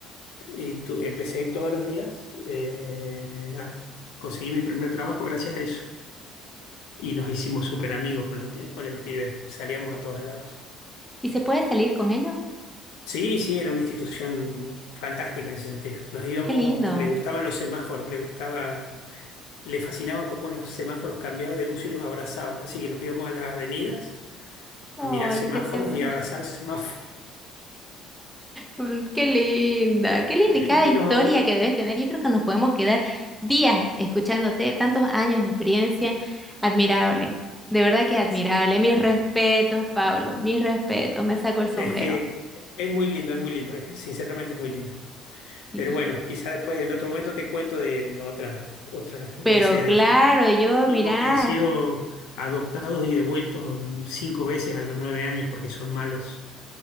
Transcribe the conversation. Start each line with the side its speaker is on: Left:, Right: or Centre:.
Left: Y tu- empecé a ir todos los días, eh, ah, conseguí mi primer trabajo gracias a eso. Y nos hicimos súper amigos con el, con el pibe, salíamos a todos lados.
Centre: ¿Y se puede salir con ello?
Left: Sí, sí, era una institución fantástica en ese sentido. Nos íbamos,
Centre: Qué lindo.
Left: le gustaban los semáforos, le gustaba, le fascinaba cómo los semáforos cambiaban de luz y los abrazaba. Así que nos íbamos a las avenidas
Centre: Ay,
Left: a mirar semáforos
Centre: qué ternura.
Left: y a abrazar semáforos.
Centre: Mm, Qué linda, qué linda
Left: <laughs>
Centre: y cada
Left: Y
Centre: historia
Left: los abra-
Centre: que debes tener. Yo creo que nos podemos quedar días escuchándote, tantos años de experiencia. Admirable, de verdad que admirable.
Left: Sí.
Centre: Mis respetos, Pablo, mis respetos, me saco el sombrero.
Left: Es que es muy lindo, es muy lindo, es- sinceramente es muy lindo.
Centre: Sí.
Left: Pero bueno, quizás después en otro momento te cuento de otras, otras,
Centre: Pero
Left: no sé, de
Centre: claro, yo,
Left: chicos
Centre: mirá,
Left: que han sido adoptados y devueltos cinco veces a los nueve años porque son malos.